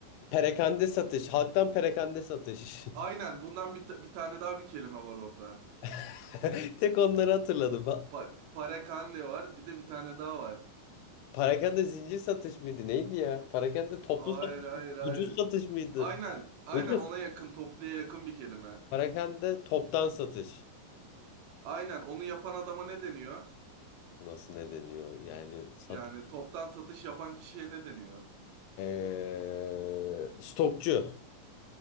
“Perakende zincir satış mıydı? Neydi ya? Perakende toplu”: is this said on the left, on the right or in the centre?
Left